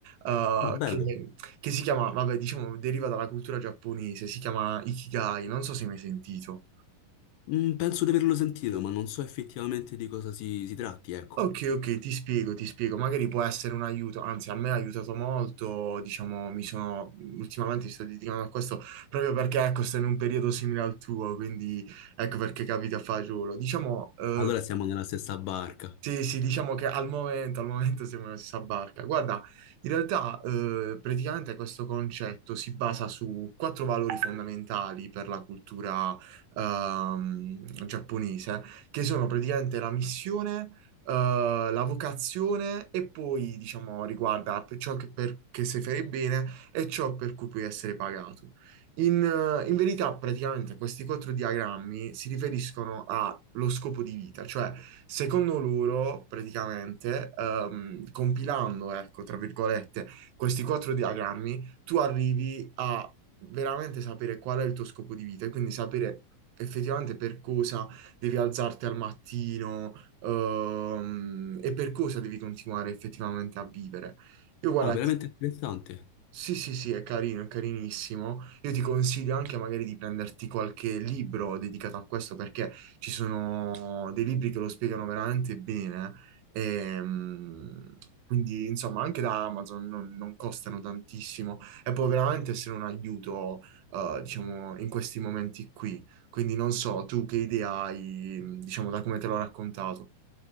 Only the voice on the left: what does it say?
Ah, bello.
Mm, penso di averlo sentito, ma non so effettivamente di cosa si, si tratti, ecco.
Allora siamo
nella stessa barca.
Ah, veramente interessante.